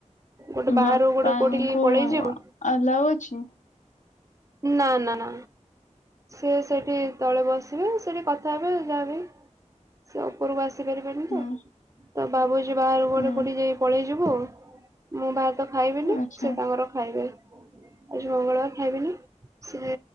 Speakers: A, on the right; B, on the left.
A: ଗୋଟେ ବାହାରକୁ
B: ବାପାଙ୍କୁ
A: ଗୋଟେ କୋଉଠି କି ପଳେଇ ଯିବି।
B: ଆଲାଉ ଅଛି
A: ନା ନା ନା ସିଏ ସେଠି ତଳେ ବସିବେ ସେଠି କଥ୍ କଥା ହେବେ ଯାହା ବି ସେ ଉପରକୁ ଆସିପାରିବେନି
B: ହୁଁ
A: ତ। ତ ଭାବୁଚି ବାହାର କୁ ଗୋଟେ
B: ହୁଁ
A: କୋଠି ଯାଇ ପଳେଇ ଯିବୁ ଆଉ। ମୁଁ ଭାତ୍ ଭାତ ଖାଇବିନି
B: ଆଚ୍ଛା
A: ସେ ତାଙ୍କର ଖାଇବେ ଆଜି ମଙ୍ଗଳବାର ଖାଇବିନି। ସେ